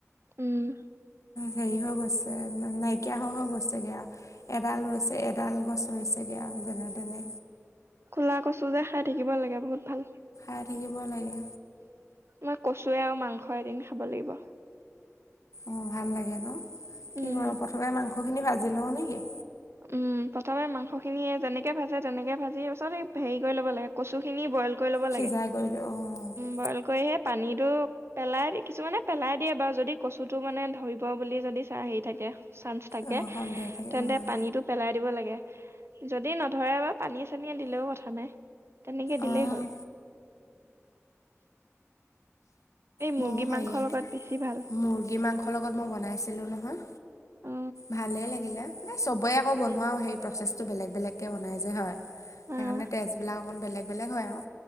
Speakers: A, on the right; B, on the left.
A: উম।
B: হেৰি হৈ গৈছে নাইকিয়া হৈ হৈ গৈছেগে আৰু। এডাল হৈছে এডাল গছ ৰুইছেগে আৰু যেনে তেনে
A: কোলা কচু যে খাই থাকিব লাগে, বহুত ভাল।
B: খাই থাকিব লাগে।
A: মই কচুৱে আৰু মাংস এদিন খাব লাগিব।
B: অ' ভাল লাগে ন?
A: উম
B: কি কৰ প্ৰথমে মাংসখিনি ভাজি লৱ নেকি?
A: উম প্ৰথমে মাংসখিনি যেনেকে ভাজে তেনেকে ভাজি, পিছত হে কৰি ল'ব লাগে কচুখিনি বইল। কৰি ল'ব
B: সিজাই
A: লাগে।
B: কৰি অঁ
A: বইল কৰিহে পানীটো পেলাই, কিছুমানে পেলাই দিয়ে বাৰু! যদি কচুটো মানে ধৰিব বুলি যদি চা হেৰি থাকে। চান্স থাকে,
B: অঁ সন্দেহ থাকে
A: তেন্তে।
B: অঁ
A: নীটো পেলাই দিব লাগে। যদি নধৰে বাৰু পানীয়ে-চানীয়ে দিলেও কথা নাই। তেনেকে দিলেই
B: অঁ
A: হ'ল। এই
B: মই
A: মুৰ্গী
B: হয়ে
A: মাংসৰ লগত বেছি ভাল।
B: মুৰ্গী মাংসৰ লগত মই বনাইছিলো নহয়!
A: অ
B: ভালেই লাগে। এ চবে আকৌ বনোৱাৰ সেই প্ৰচেছটো বেলেগ বেলেগকে বনাই যে, হয় সেইকাৰণে
A: আহ
B: টেষ্টবিলাক অকণ বেলেগ বেলেগ হয় আৰু।